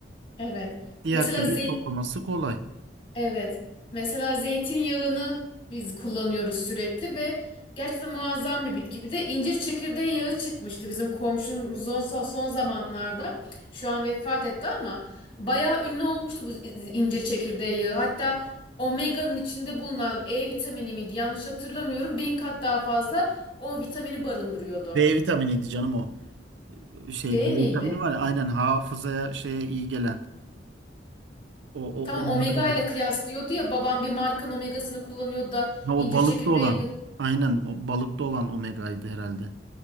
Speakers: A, on the left; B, on the right.
A: Evet.
B: Diğer
A: Mesela
B: türlü
A: zil
B: toplaması kolay.
A: Evet. Mesela zeytinyağını biz kullanıyoruz sürekli ve gerçekten muazzam bir bitki. Bir de incir çekirdeği yağı çıkmıştı bizim komşumuz son, son zamanlarda. Şu an vefat etti ama bayağı ünlü olmuştu bu incir çekirdeği yağı. Hatta omega'nın içinde bulunan E vitamini miydi? Yanlış hatırlamıyorum. Bin kat daha fazla o vitamini barındırıyordu.
B: B vitaminiydi canım o. Şey
A: Değil
B: B vitamini
A: miydi?
B: var ya aynen hafızaya şeye iyi gelen. O,
A: Tamam
B: o, onları
A: omega ile kıyaslıyordu ya babam bir markanın omegasını kullanıyordu da
B: Ha,
A: incir
B: O balıkta
A: çekirdeği.
B: olan. Aynen o balıkta olan omegaydı herhalde.